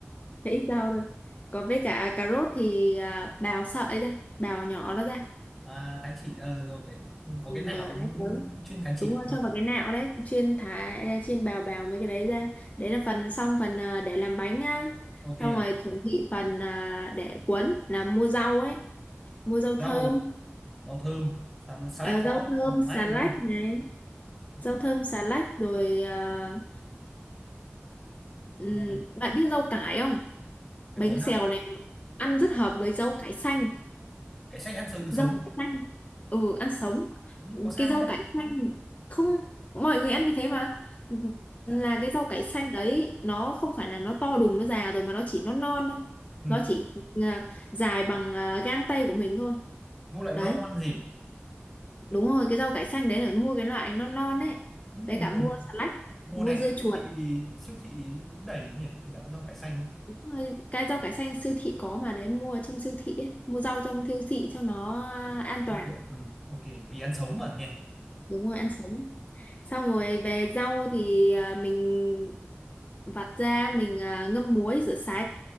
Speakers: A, on the left; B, in the centre.
A: thì ít rau thôi còn với cả cà rốt thì à, bào sợi ra bào nhỏ nó ra
B: à, thái chỉ ờ rồi cái có
A: ừ,
B: cái nào
A: rồi đấy
B: nó
A: đúng
B: chuyên thái chỉ
A: đúng rồi
B: đúng không
A: cho vào cái nạo đấy chuyên thả chuyên bào bào mấy cái đấy ra đấy là phần xong phần à, để làm bánh nhá
B: ok
A: xong rồi chuẩn bị phần à, để cuốn là mua rau ấy mua rau thơm
B: rau rau thơm salad, salad
A: Ờ,
B: có
A: rau
B: không
A: thơm
B: À, salad
A: xà lách
B: đúng không
A: này
B: ừ.
A: rau thơm xà lách rồi ờ, ừm,
B: mùi
A: bạn biết rau cải không
B: cái
A: bánh
B: cuốn
A: xèo
B: á
A: này nó ăn rất hợp với rau cải xanh
B: cái sách ăn sống được
A: rau
B: sống
A: cải xanh ừ ăn sống
B: nhưng có sao
A: cái rau
B: đấy
A: cải xanh không mọi người ăn như thế mà là
B: à
A: cái rau cải xanh đấy nó không phải là nó to đùng nó già rồi mà nó chỉ nó non thôi
B: ừ.
A: nó chỉ ờ, dài bằng ờ, gang tay của mình thôi
B: mua lại
A: đấy
B: non non gì
A: đúng rồi cái rau cải xanh đấy là mua cái loại non non ấy
B: nhưng mùa
A: với
B: mùa
A: cả mua xà lách
B: mùa
A: mua
B: này
A: dưa
B: chắc
A: chuột
B: siêu thị siêu thị vẫn đầy nhỉ giá rau cải xanh
A: Đúng rồi, cái rau cải xanh siêu thị có mà đấy mua trong siêu thị ấy mua rau trong siêu thị cho nó an
B: được
A: toàn
B: được. ừ. ok vì ăn sống mà nhỉ
A: đúng rồi ăn sống xong rồi về rau thì à, mình vặt ra mình à, ngâm muối rửa sạch